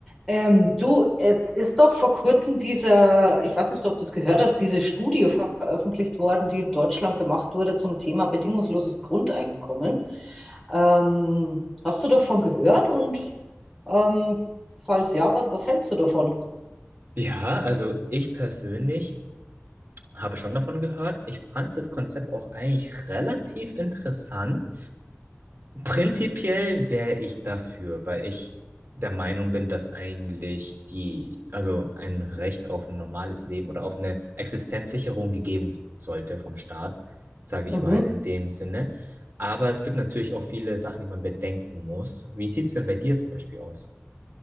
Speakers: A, in the centre; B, on the right (about 45°).
A: Ähm, du, jetzt ist doch vor kurzem dieser, ich weiß nicht, ob du das gehört hast, diese Studie veröffentlicht worden, die in Deutschland gemacht wurde zum Thema bedingungsloses Grundeinkommen. Ähm, hast du davon gehört und ähm, falls ja, was, was hältst du davon?
B: Ja, also ich persönlich habe schon davon gehört. Ich fand das Konzept auch eigentlich relativ interessant. Prinzipiell wäre ich dafür, weil ich der Meinung bin, dass eigentlich die, also ein Recht auf ein normales Leben oder auf eine Existenzsicherung gegeben sollte vom Staat, sage ich
A: Mhm.
B: mal in dem Sinne. Aber es gibt natürlich auch viele Sachen, die man bedenken muss. Wie sieht es denn bei dir zum Beispiel aus?